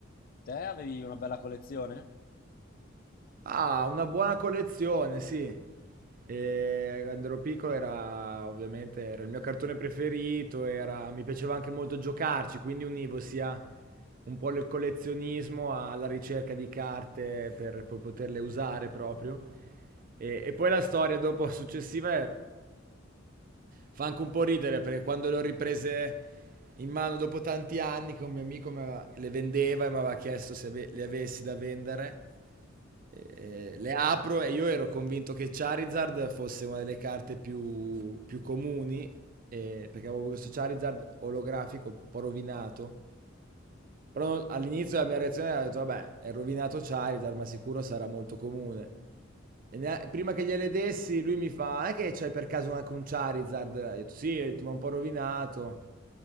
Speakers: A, on the left (about 45°); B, on the right (about 45°).
A: Te avevi una bella collezione?
B: Ah, una buona collezione, sì. E quando ero piccolo era ovviamente era il mio cartone preferito, era- mi piaceva anche molto giocarci, quindi univo sia un po' il collezionismo alla ricerca di carte per, per poterle usare proprio. E, e poi la storia dopo <laughs> successiva è fa anche un po' ridere perché quando le ho riprese in mano dopo tanti anni che un mio amico mi aveva- le vendeva e mi aveva chiesto se ave- le avessi da vendere, eh, le apro e io ero convinto che Charizard fosse una delle carte più, più comuni eh, perché avevo questo Charizard olografico un po' rovinato però all'inizio la mia reazione era, ho detto, vabbè, è rovinato Charizard, ma sicuro sarà molto comune. E nea- prima che gliele dessi, lui mi fa, è che c'hai per caso anche un Charizard? Io ho detto, sì, ho detto, ma un po' rovinato.